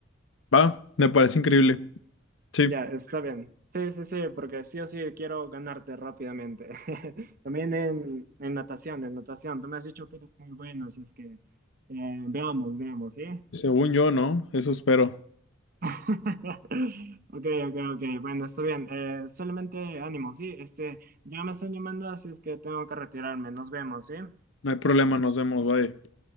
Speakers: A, on the left; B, on the right.
A: Va, me parece increíble. Sí,
B: Ya, está bien. Sí, sí, sí, porque sí o sí quiero ganarte rápidamente. <laughs> También en, en natación, en natación. Tú me has dicho que eres muy bueno, así es que eh, veamos, veamos, ¿sí?
A: según yo, ¿no? Eso espero.
B: <laughs> Ok, ok, ok. Bueno, está bien. Eh, solamente ánimo, ¿sí? Este, ya me están llamando, así es que tengo que retirarme. Nos vemos, ¿sí?
A: No hay problema, nos vemos, bye.